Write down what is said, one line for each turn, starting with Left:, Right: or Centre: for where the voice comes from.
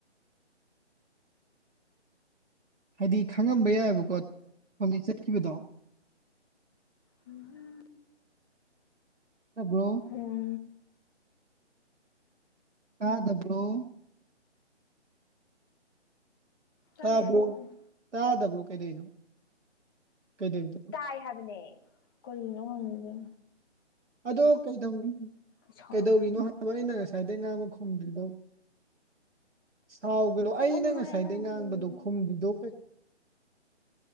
Right: ꯍꯥꯏꯗꯤ ꯈꯪꯉꯝꯕ ꯌꯥꯏꯑꯕꯀꯣ ꯄꯩ ꯆꯠꯈꯤꯕꯗꯣ
Left: ꯎꯝ
Right: ꯕ꯭ꯔꯣ
Left: ꯎꯝ
Right: ꯇꯥꯗꯕꯔꯣ
Left: ꯇꯥꯏ
Right: ꯇꯥꯕ꯭ꯔꯣ
Left: ꯍꯥꯏꯔꯛꯑꯣ
Right: ꯇꯥꯗꯕ꯭ꯔꯣ ꯀꯩꯗꯩꯅꯣ ꯀꯩꯗꯅꯣ
Left: ꯇꯏ ꯍꯥꯏꯕꯅꯦ ꯀꯜꯅꯣ ꯍꯪꯒꯦ꯫
Right: ꯑꯗꯣ ꯀꯩꯗꯧ
Left: ꯁꯥꯎꯔꯛꯀꯗꯣꯏꯅꯤ
Right: ꯀꯩꯗꯧꯔꯤꯅꯣ ꯍꯥꯏꯕ ꯑꯩꯅ ꯉꯁꯥꯏꯗꯒꯤꯩ ꯉꯥꯡꯕ ꯈꯨꯝꯗ꯭ꯔꯤꯗꯣ꯫ ꯁꯥꯎꯒꯂꯣ ꯑꯩꯅ
Left: ꯎꯝ
Right: ꯉꯁꯥꯏꯗꯩ
Left: ꯍꯥꯏ ꯅꯪ
Right: ꯉꯥꯡꯕꯗꯣ
Left: ꯎꯝ
Right: ꯈꯨꯝꯗ꯭ꯔꯤꯗꯣ ꯀꯩ